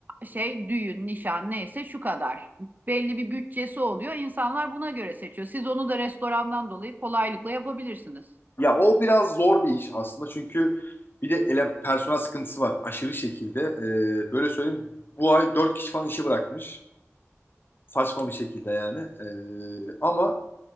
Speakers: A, on the right (about 35°); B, on the left (about 45°).
A: şey düğün, nişan neyse şu kadar. Belli bir bütçesi oluyor. İnsanlar buna göre seçiyor. Siz onu da restorandan dolayı kolaylıkla yapabilirsiniz.
B: Ya o biraz zor bir iş aslında çünkü bir de ele, personel sıkıntısı var aşırı şekilde. Ee, böyle söyleyeyim bu ay 4 kişi falan işi bırakmış. Saçma bir şekilde yani. Ee, ama